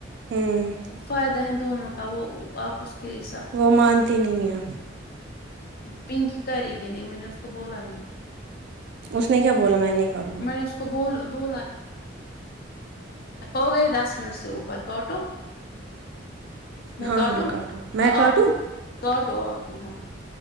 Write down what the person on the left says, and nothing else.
فائدہ ہے دونوں کا وہ آپ اس کے حساب
پنکی کرے گ نہیں میں نے اس کو بولا ہی نہیں
میں نے اس کو بول بولا ہو گئی دس منٹ سے اوپر کوٹو میں
کاٹوں
آپ کاٹو آپ ہی ہاں ہاں